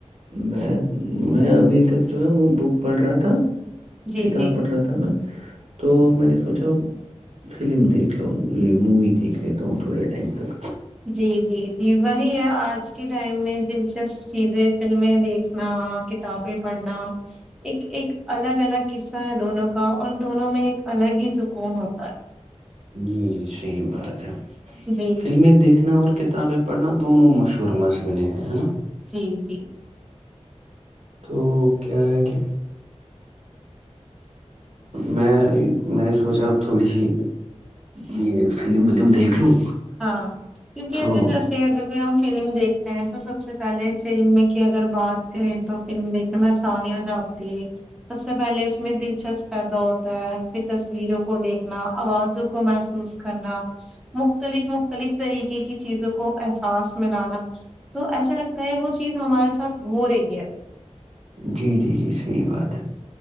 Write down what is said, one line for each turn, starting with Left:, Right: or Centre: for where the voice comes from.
Right: میں میں ابھی تک جو ہے وہ بک پڑھ رہا تھا
Centre: جی
Right: کتاب
Centre: جی
Right: پڑھ رہا تھا میں تو میں نے سوچا فلم دیکھ لو یہ مووی دیکھ لیتا ہوں تھوڑے ٹائم تک
Centre: جی جی جی وہی ہے آج کے ٹائم میں دلچسپ چیزیں فلمیں دیکھنا کتابیں پڑھنا ایک ایک الگ الگ قصہ ہے دونوں کا اور دونوں میں ایک الگ ہی سکون ہوتا
Right: جی جی صحیح بات ہے
Centre: ہے جی
Right: فلمیں دیکھنا اور کتابیں پڑھنا دونوں مشہور مشغلیں ہیں ہے نا
Centre: جی جی
Right: تو کیا ہے کہ میں میں نے سوچا اب تھوڑی سی یہ فلم ولم دیکھ لوں
Centre: ہاں کیونکہ
Right: تو
Centre: اگر جیسے اگر کوئی ہم فلم دیکھتے ہیں تو سب سے پہلے فلم کی اگر بات کریں تو فلم دیکھنے میں آسانی ہو جاتی ہے سب سے پہلے اس میں دلچسپ پیدا ہوتا ہے پ تصویروں کو دیکھنا آوازوں کو محسوس کرنا م مختلف مختلف طریقے کی چیزوں کو احساس ملانا تو ایسا لگتا ہے وہ چیز ہمارے ساتھ ہو رہیی ہے
Right: جی جی جی صحیح بات ہے